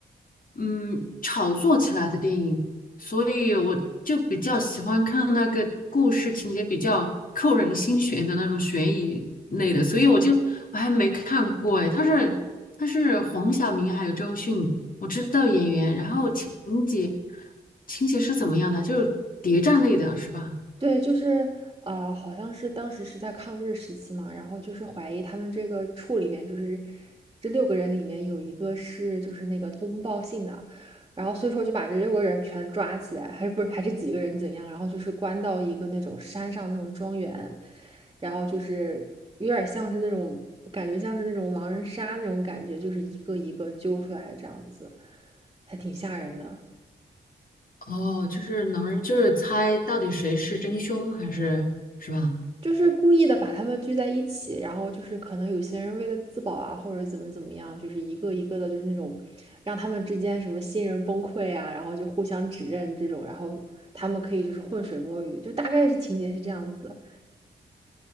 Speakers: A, on the left; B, on the right.
A: 嗯炒作起来的电影，所以我就比较喜欢看那个故事情节比较扣人心弦的那种悬疑类的，所以我就我还没看过哎，他是他是黄晓明还有周迅，我知道演员，然后情节情节是怎么样的，就是谍战类的是吧？
B: 对，就是呃，好像是当时是在抗日时期嘛，然后就是怀疑他们这个处里面，就是这六个人里面有一个是就是那个通风报信的，然后所以说就把这六个人全抓起来，还是不是还是几个人怎样，然后就是关到一个那种山上那种庄园，然后就是有点像是那种感觉像是那种狼人杀那种感觉，就是一个一个揪出来这样子，还挺吓人的。
A: 哦，就是能就是猜到底谁是真凶还是是吧？
B: 就是故意的把他们聚在一起，然后就是可能有些人为了自保啊，或者怎么怎么样，就是一个一个的，就是那种让他们之间什么新人崩溃啊，然后就互相指认这种，然后他们可以就是浑水摸鱼，就大概是情节是这样子。